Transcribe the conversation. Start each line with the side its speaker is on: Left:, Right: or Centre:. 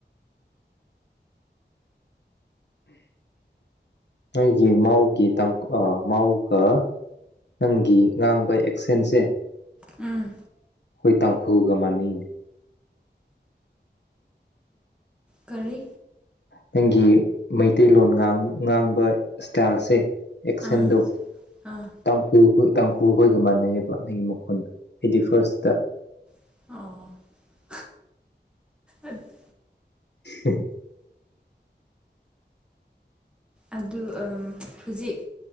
Left: ꯅꯣꯏꯒꯤ ꯃꯥꯎꯒꯤ ꯃꯥꯎꯒ ꯅꯪꯒꯤ ꯉꯥꯡꯕ ꯑꯦꯛꯁꯦꯟꯁꯦ <inaudible> ꯑꯩꯈꯣꯏ
Centre: ꯎꯝ
Left: ꯇꯥꯡꯈꯨꯜꯒ ꯃꯅꯤꯅꯤ
Centre: ꯀꯔꯤ
Left: ꯅꯪꯒꯤ ꯃꯩꯇꯩꯂꯣꯟ ꯉꯥꯡꯕ ꯏꯁꯇꯥꯏꯜꯁꯦ ꯑꯦꯛꯁꯦꯟꯗꯣ
Centre: ꯑꯥ ꯑꯥ
Left: ꯇꯥꯡꯈꯨ ꯇꯥꯡꯈꯨꯜꯈꯣꯏꯒ ꯃꯥꯟꯅꯩꯑꯕ ꯅꯪꯒꯤ ꯃꯈꯣꯟꯗꯣ ꯑꯩꯗꯤ ꯐꯥꯔꯁꯇ
Centre: ꯑꯣ
Left: <inaudible>
Centre: ꯑꯗꯨ
Left: ꯎ
Centre: ꯑꯗꯨ ꯍꯧꯖꯤꯛ